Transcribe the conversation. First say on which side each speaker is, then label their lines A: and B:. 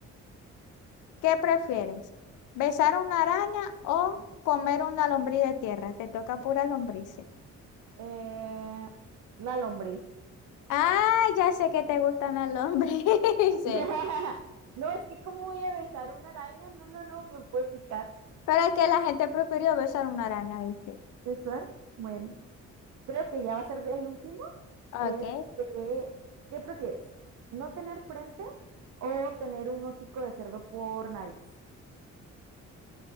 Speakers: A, on the left; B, on the right.
A: qué prefieres? ¿Besar una araña o comer una lombriz de tierra? Te toca pura lombrices.
B: Eh, la lombriz.
A: Ah, ya sé que te gustan las <laughs> lombrices.
B: <laughs> No, es que cómo voy a besar una araña, no, no, no, me puede picar.
A: Pero es que la gente prefirió besar una araña, ¿viste?
B: ¿Besar? Bueno, creo que ya va a ser el último.
A: Ok.
B: Este, ¿qué prefieres? ¿No tener frente o tener un hocico de cerdo por nariz?